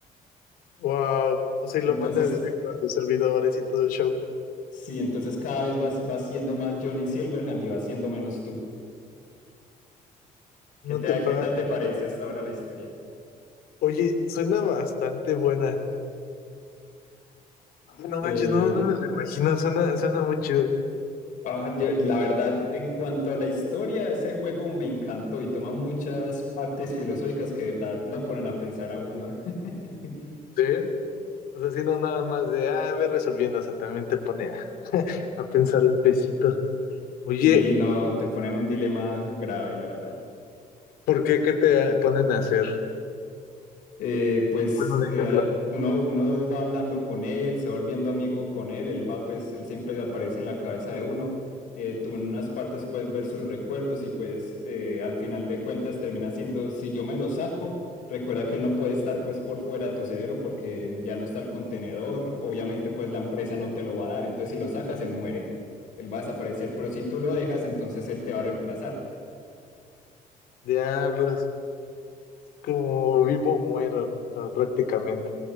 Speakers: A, on the left; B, on the left.
A: Wow. O sea, y
B: Entonces,
A: lo manda directo a sus servidores y todo el show.
B: sí, entonces cada vez vas, vas siendo más Johnny Silverhand y vas siendo menos tú. ¿Qué
A: No
B: te-
A: te pases.
B: qué tal te parece hasta ahora la historia?
A: Oye, suena bastante buena. Ah, No
B: Eh,
A: manches, no, no me lo imagino. Suena, suena muy chido.
B: ah, yo- la verdad, en cuanto a la historia, ese juego me encantó y toma muchas partes filosóficas que de verdad lo ponen a pensar a uno. <laughs>
A: Sí. O sea, si no nada más de, ah, a ver resolviendo, o sea, también te pone a, <laughs> a pensar un pesito. Oye,
B: Sí, no, te ponen un dilema grave, la verdad.
A: ¿por qué qué te ponen a hacer?
B: eh, pues
A: Bueno, un ejemplo.
B: eh, uno, uno va hablando con él, se va volviendo amigo con él, él va, pues él siempre aparece en la cabeza de uno. eh, tú en unas partes puedes ver sus recuerdos y pues eh, al final de cuentas termina siendo, si yo me lo saco, recuerda que él no puede estar pues por fuera de tu cerebro porque ya no está el contenedor, obviamente pues la empresa no te lo va a dar, entonces si lo sacas, él muere, él va a desaparecer, pero si tú lo dejas, entonces él te va a reemplazar.
A: Diablos, como vivo o muero, pa- prácticamente.